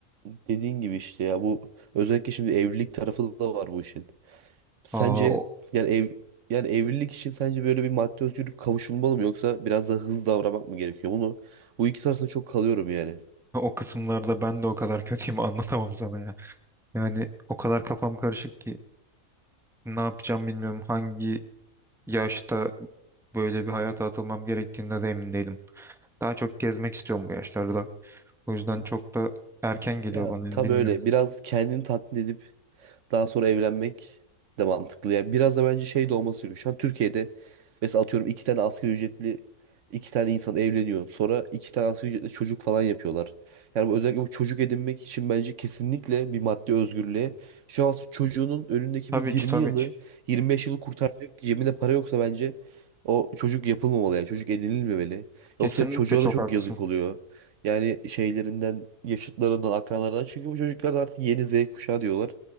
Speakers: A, on the right; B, in the centre.
A: dediğin gibi işte ya bu özellikle şimdi evlilik tarafı da var bu işin. Sence
B: Aa, o,
A: yani ev yani evlilik için sence böyle bir maddi özgürlük kavuşulmalı mı yoksa biraz daha hızlı davranmak mı gerekiyor? Bunu bu ikisi arasında çok kalıyorum yani.
B: o kısımlarda ben de o kadar <laughs> kötüyüm anlatamam sana ya. Yani o kadar kafam karışık ki ne yapacağım bilmiyorum. Hangi yaşta böyle bir hayata atılmam gerektiğinde de emin değilim. Daha çok gezmek istiyorum bu yaşlarda. O yüzden çok da erken geliyor
A: Ya
B: bana ya
A: tabii
B: bilmiyorum.
A: öyle biraz kendini tatmin edip Daha sonra evlenmek de mantıklı. Yani biraz da bence şey de olması gerekiyor. Şu an Türkiye'de mesela atıyorum iki tane asgari ücretli iki tane insan evleniyor. Sonra iki tane asgari ücretli çocuk falan yapıyorlar. Yani bu, özellikle bu çocuk edinmek için bence kesinlikle bir maddi özgürlüğe. Şu an çocuğunun önündeki
B: Tabii
A: bir 20
B: ki tabii
A: yılı
B: ki.
A: 25 yılı kurtaracak cebinde para yoksa bence o çocuk yapılmamalı yani çocuk edinilmemeli.
B: Kesinlikle
A: Yoksa çocuğa
B: çok
A: da çok
B: haklısın.
A: yazık oluyor. Yani şeylerinden, yaşıtlarından, akranlarından. Çünkü bu çocuklar da artık yeni Z kuşağı diyorlar.